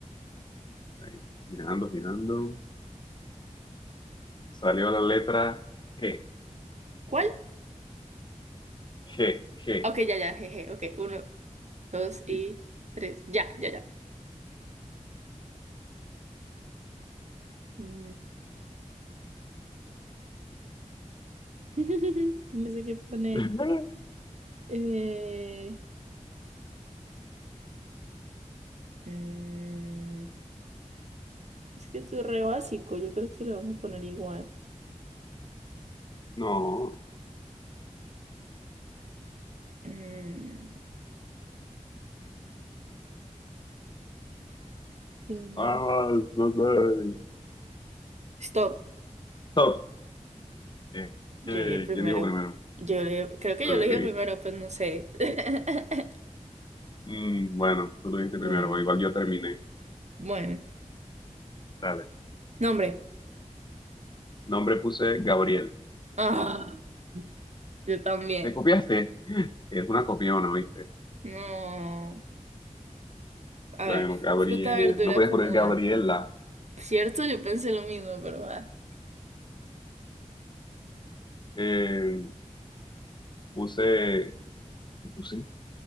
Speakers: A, on the left (about 35°); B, on the right (about 60°).
A: ahí, girando, girando. Salió la letra G,
B: ¿Cuál?
A: G, G.
B: Ok, ya, ya, jeje. Ok, uno. dos y
A: Sí.
B: tres. Ya, ya, ya. Mm. <laughs> No sé qué poner.
A: <laughs>
B: Eh, Mm, es que esto es re básico. Yo creo que lo vamos a poner igual.
A: No.
B: mm. Dios mío.
A: Ah, no sé.
B: Stop.
A: Stop. Eh,
B: Yo
A: eh,
B: llegué primero.
A: ¿quién dijo primero?
B: Yo le- creo que
A: Sí.
B: yo lo dije primero, pues no sé. <laughs>
A: Mm, bueno, tú lo dijiste
B: Bueno,
A: primero, pero igual yo terminé.
B: bueno.
A: Dale.
B: Nombre.
A: Nombre puse Gabriel.
B: Ah, yo también.
A: ¿Te copiaste? Es una copiona, ¿viste?
B: No. A
A: Bueno,
B: ver,
A: Gabriel.
B: fruta, verdura,
A: No podías
B: cómoda.
A: poner Gabriela.
B: Cierto, yo pensé lo mismo, pero va.
A: eh, puse, puse,